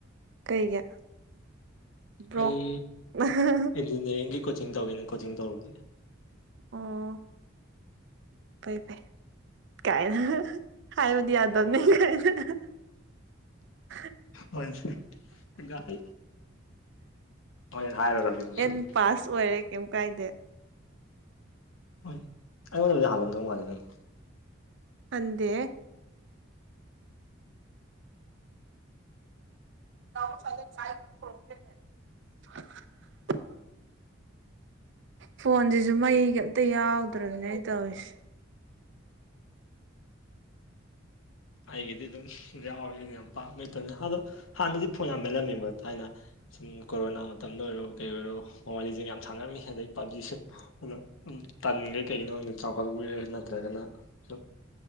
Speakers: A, on the right; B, on the left.
A: ꯀꯩꯒꯤ ꯕ꯭ꯔꯣ
B: ꯑꯩ
A: ꯑꯣ
B: ꯏꯟꯖꯤꯅꯤꯌꯥꯔꯤꯡꯒꯤ ꯀꯣꯆꯤꯡ ꯇꯧꯒꯦꯅ ꯀꯣꯆꯤꯡ ꯇꯧꯔꯨꯕꯅꯦ
A: ꯑꯣ ꯐꯩ ꯐꯩ ꯀꯥꯏꯅ ꯍꯥꯏꯕꯗꯤ ꯌꯥꯗꯕꯅꯤ ꯀꯥꯏꯅ <inaudible>
B: ꯍꯣꯏ ꯒꯥꯔꯤ ꯍꯣꯏ ꯍꯥꯏꯔꯔꯒꯦ ꯃꯇꯨꯡ
A: ꯑꯦꯟ ꯄꯥꯁ ꯑꯣꯏꯔꯦ ꯀꯩꯝ ꯀꯥꯏꯗꯦ
B: ꯍꯣꯏ ꯑꯩꯉꯣꯟꯗꯕꯨꯗꯤ ꯌꯥꯍꯜꯂꯝꯗꯧ ꯃꯥꯜꯂꯦ ꯅꯪ
A: ꯍꯟꯗꯦꯌꯦ ꯣ <unintelligible> ꯐꯣꯟꯁꯤꯁꯨ ꯃꯩꯒ ꯑꯝꯇ ꯌꯥꯎꯗ꯭ꯔꯕꯅꯤ ꯑꯩ ꯇꯧꯔꯤꯁꯦ
B: ꯑꯩꯒꯤꯗꯤ ꯑꯗꯨꯝ ꯌꯥꯎꯋꯦ <unintelligible> <unintelligible> ꯌꯥꯝ ꯑꯗꯣ ꯍꯥꯟꯅꯗꯤ ꯐꯣꯟ ꯌꯥꯝ ꯃꯦꯠꯂꯝꯃꯦꯕ ꯊꯥꯏꯅ ꯁꯨꯝ ꯀꯣꯔꯣꯅꯥ ꯃꯇꯝꯗ ꯑꯣꯏꯔꯣ ꯀꯩ ꯑꯣꯏꯔꯣ ꯃꯣꯕꯥꯂꯤꯁꯤꯡ ꯌꯥꯝ ꯁꯥꯟꯅꯔꯝꯃꯤ ꯑꯗꯩ ꯄꯥꯞꯖꯤꯁꯨ ꯑꯗꯣ ꯁꯨꯝ ꯇꯟꯒ꯭ꯔꯦ ꯀꯩꯒꯤꯅꯣ ꯈꯪꯗꯦ ꯆꯥꯎꯈꯠꯂꯛꯄꯥꯒꯤꯔ ꯅꯠꯇ꯭ꯔꯒꯅ ꯁꯨꯝ